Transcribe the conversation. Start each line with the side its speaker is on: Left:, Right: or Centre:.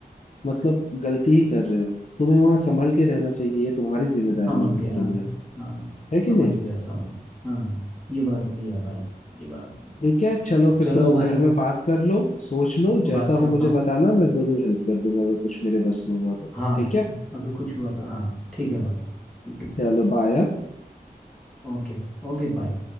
Left: मतलब गलती ही कर रहे हो तुम्हें वहां संभल के रहना चाहिए ये तुम्हारी जिम्मेदारी
Centre: समझ
Left: है खुद
Centre: के हाँ
Left: के लिए
Centre: <laughs> हाँ
Left: है कि
Centre: समझ
Left: नहीं
Centre: गया समझ हाँ ये बात भी है भाई ये बात भी है।
Left: ठीक है चलो फिर
Centre: चलो
Left: तुम घर
Centre: भाई
Left: में बात कर लो सोच लो जैसा
Centre: बात करता
Left: हो मुझे
Centre: हूँ
Left: बताना मैं जरूर हेल्प कर दूंगा अगर कुछ मेरे बस में हुआ तो
Centre: हाँ
Left: ठीक है
Centre: अगर कुछ हुआ तो हाँ ठीक है भाई ठीक है
Left: चलो बाय
Centre: ओके Okay bye